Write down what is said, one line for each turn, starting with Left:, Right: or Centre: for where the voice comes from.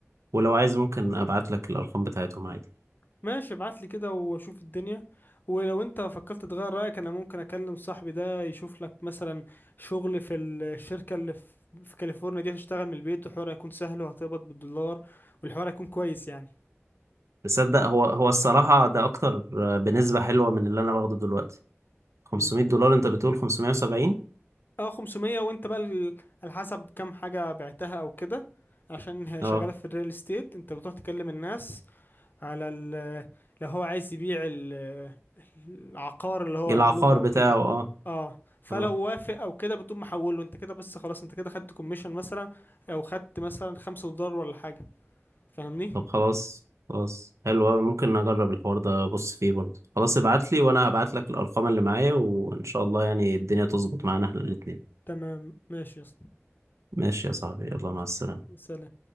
Right: ولو عايز ممكن ابعت لك الارقام بتاعتهم عادي
Left: ماشي ابعت لي كده واشوف الدنيا ولو انت فكرت تغير رأيك انا ممكن اكلم صاحبي ده يشوف لك مثلا شغل في الشركة اللي في في كاليفورنيا دي هتشتغل من البيت والحوار هيكون سهل وهتقبض بالدولار والحوار هيكون كويس يعني
Right: تصدق هو هو الصراحة ده اكتر آه، بنسبة حلوة من اللي انا باخده دلوقتي 500
Left: مم.
Right: دولار انت بتقول 570
Left: اه 500 وانت بقى ال- على حسب كام حاجة بعتها او كده عشان هي
Right: اه
Left: شغالة في الريال استيت انت بتروح تكلم الناس على ال لو هو عايز يبيع ال- العقار اللي هو
Right: العقار
Left: يملكه او
Right: بتاعه
Left: كده
Right: اه
Left: اه فلو
Right: اه
Left: وافق او كده بتقوم محوله انت كده بس خلاص انت كده خدت كوميشن مثلا او خدت مثلا خمسة دولار ولا حاجة فاهمني
Right: طب خلاص خلاص حلو قوي ممكن اجرب الحوار ده ابص فيه برضه خلاص ابعت لي وانا هبعت لك الارقام اللي معايا وان شاء الله يعني الدنيا تظبط معانا احنا الاتنين
Left: تمام ماشي يا اسطى
Right: ماشي
Left: ماشي
Right: يا صاحبي يلا
Left: ماشي
Right: مع السلامة
Left: سلام